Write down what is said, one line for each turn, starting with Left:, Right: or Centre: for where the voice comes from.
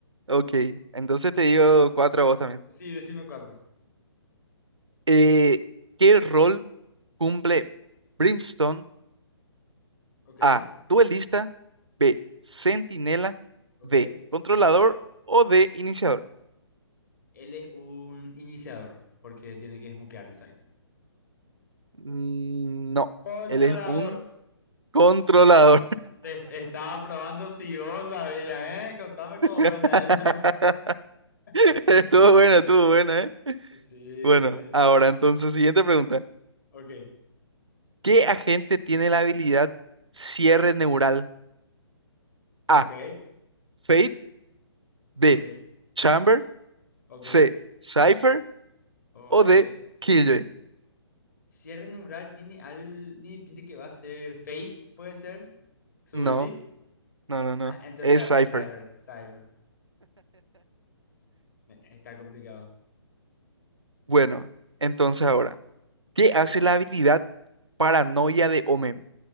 Right: Ok, entonces te digo cuatro a vos también.
Left: Sí, decime cuatro.
Right: Eh, ¿qué rol cumple Brimstone?
Left: Ok,
Right: A. Duelista. B. Centinela.
Left: ok.
Right: D. Controlador o D. Iniciador.
Left: Él es un iniciador, porque tiene que smokear el site.
Right: Mm, No,
Left: Controlador.
Right: él es un controlador.
Left: Te estaba probando si vos sabías, ¿eh? Contame cómo
Right: <laughs>
Left: buena es. <laughs>
Right: Estuvo buena, estuvo buena, ¿eh?
Left: Sí,
Right: Bueno,
Left: te...
Right: ahora entonces, siguiente pregunta.
Left: ok,
Right: ¿Qué agente tiene la habilidad cierre neural? A.
Left: ok,
Right: Fate. B.
Left: ok,
Right: Chamber.
Left: ok,
Right: C. Cypher.
Left: ok.
Right: O D. Killjoy.
Left: Cierre neural tiene, al, tiene pinta que va a ser Fate, puede ser, su
Right: No,
Left: ulti.
Right: no, no, no.
Left: Ah, entonces
Right: Es
Left: va a ser
Right: Cypher.
Left: Cypher, Cypher. Eh, Está complicado.
Right: Bueno, entonces ahora, ¿qué hace
Left: Claro.
Right: la habilidad? Paranoia de Omen.